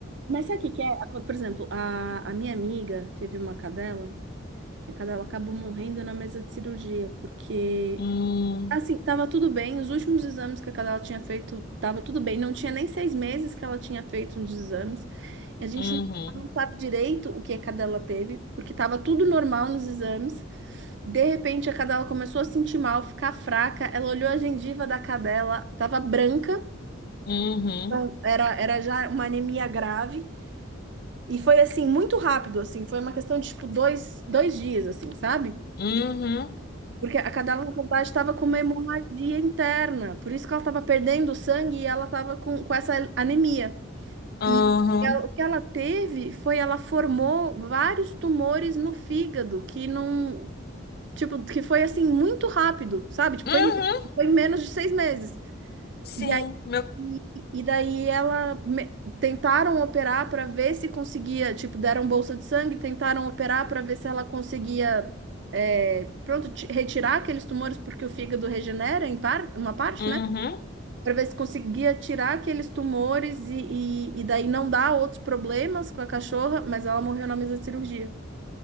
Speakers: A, on the right; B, on the left.
A: Mas sabe o que que é? Por exemplo, a, a minha amiga teve uma cadela, que a cadela acabou morrendo na mesa de cirurgia, porque
B: Hum,
A: Assim, estava tudo bem. Os últimos exames que a Cadela tinha feito, estava tudo bem. Não tinha nem seis meses que ela tinha feito um dos exames. A gente
B: uhum,
A: não não sabe direito o que a Cadela teve, porque estava tudo normal nos exames. De repente, a Cadela começou a sentir mal, ficar fraca. Ela olhou a gengiva da Cadela, estava branca,
B: uhum,
A: então era, era já uma anemia grave. E foi assim, muito rápido, assim. Foi uma questão de, tipo, dois, dois dias, assim, sabe?
B: uhum,
A: Porque a cadela, na verdade, estava com uma hemorragia interna, por isso que ela estava perdendo sangue e ela estava com, com essa anemia.
B: uhum,
A: E ela- o que ela teve foi, ela formou vários tumores no fígado, que não, tipo, que foi assim muito rápido, sabe? Tipo,
B: uhum.
A: foi, em- foi em menos de seis meses.
B: Sim,
A: E
B: meu.
A: e, e daí ela me- tentaram operar para ver se conseguia, tipo, deram bolsa de sangue, tentaram operar para ver se ela conseguia, é, pronto, ti- retirar aqueles tumores, porque o fígado regenera em par, uma parte,
B: Uhum.
A: né? Para ver se conseguia tirar aqueles tumores e, e, e daí não dar outros problemas com a cachorra, mas ela morreu na mesa de cirurgia.